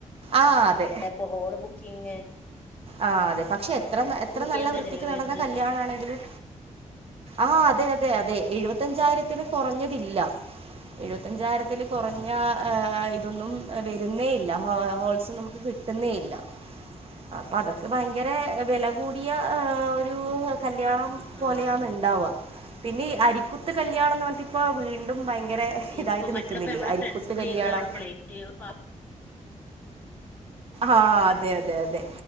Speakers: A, on the right; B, on the left.
A: ആഹ് അതെ.
B: അപ്പൊ ഹോള് ബു ക്കിങ്ങ്
A: ആഹ് അതെ പക്ഷെ എത്ര എത്ര നല്ല
B: ചെയ്യാൻ തന്നെ
A: വൃത്തിക്ക്
B: ചിലവ്
A: നടന്ന
B: വരുന്നുണ്ട്
A: കല്യാണം ആണെങ്കിലും ആഹ് അതെ അതെ അതെ എഴുപത്തഞ്ചായിരത്തിന് കൊറഞ്ഞതില്ല. എഴുപത്തഞ്ചായിരത്തിൽ കുറഞ്ഞ ഇതൊന്നും വരുന്നേ ഇല്ല ഹോൾസ് നമ്മുക്ക് കി ട്ടുന്നേയില്ല. അപ്പ അതൊക്കെ ഭയങ്കര വില കൂടിയ ഒരു കല്ല്യാണം
B: ആഹ്
A: പോലെയാണ്
B: അതെ
A: ഉണ്ടാവുക പിന്നെ ഈ അരിക്കുത്ത് കല്യാണംന്ന് പറ ഇപ്പൊ വീണ്ടും ഭയങ്കര
B: ആഹ് ഇതിപ്പോ
A: ഇതായിട്ട്
B: മറ്റുള്ളപ്പോ
A: നിക്കുന്നില്ലേ
B: നമ്മളെ
A: അരിക്കുത്ത്
B: ഫ്രണ്ട്സ് ഒക്കെ
A: കല്യാണം
B: ചെയ്യുന്ന കാണുമ്പോളേ കുട്ടിക
A: ആഹ് അതെ അതെ അതെ